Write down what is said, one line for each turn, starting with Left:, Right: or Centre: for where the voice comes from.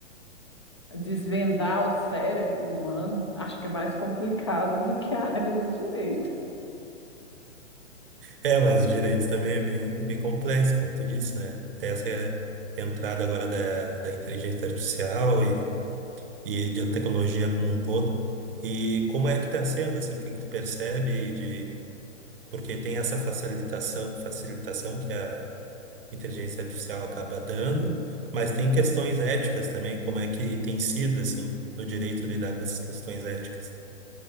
Left: Desvendar o cérebro humano, acho que é mais complicado do que a área do direito.
Right: É, mas o direito também é bem, bem complexo, por conta disso, né? Tem essa entrada agora da, da inteligência artificial e, e de tecnologia como um todo. E como é que está sendo, assim, o que, que tu percebe de... Porque tem essa facilitação, facilitação que a inteligência artificial acaba dando, mas tem questões éticas também, como é que tem sido, assim, no direito lidar com essas questões éticas.